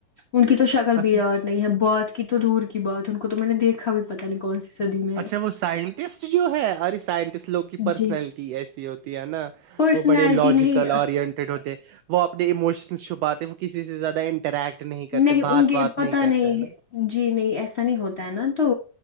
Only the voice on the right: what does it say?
اچھا
اچھا
وہ سائنٹسٹ جو ہے ار سائنٹسٹ لوگوں کی پرسنالٹی
ایسی ہوتی ہے نا
وہ بڑے لاجیکل
اورنٹیڈ ہوتے ہیں وہ اپنے اموشن شبات ہے وہ کسی سے زیادہ انٹریکٹ
کرتے
بات
بات
کرتے
ہے نا